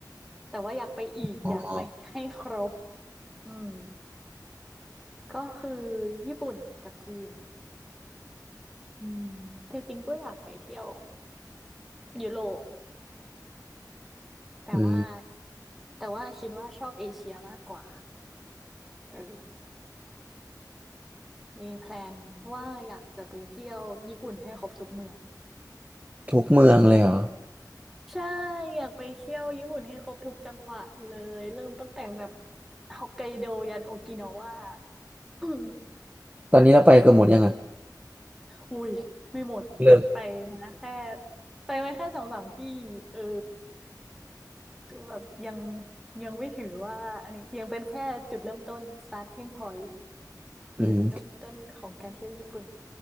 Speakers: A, in the centre; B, on the right.
A: แต่ว่าอยากไปอีกอยากไปให้ครบ
B: อ๋อ
A: อืมก็คือญี่ปุ่นกับจีนอืมแต่จริงก็อยากไปเที่ยวยุโรปแต่ว่า
B: อืม
A: แต่ว่าคิดว่าชอบเอเชียมากกว่าเออมีแพลนว่าอยากจะไปเที่ยวญี่ปุ่นให้ครบทุกเมือง
B: ทุกเมืองเลยเหรอ
A: ใช่อยากไปเที่ยวญี่ปุ่นให้ครบทุกจังหวะเลยเริ่มตั้งแต่แบบฮอกไกโดยันโอกินาวาอม
B: ตอนนี้เราไปกันหมดยังอ่ะ
A: อุ้ยไม่หมดไปมาแค่
B: เริ่ม
A: ไปมาแค่สองสามที่เออตัวแบบยังยังไม่ถือว่าอันนี้ยังเป็นแค่จุดเริ่มต้น starting point
B: <laughs> อืม
A: จุดเริ่มต้นของการเที่ยวญี่ปุ่น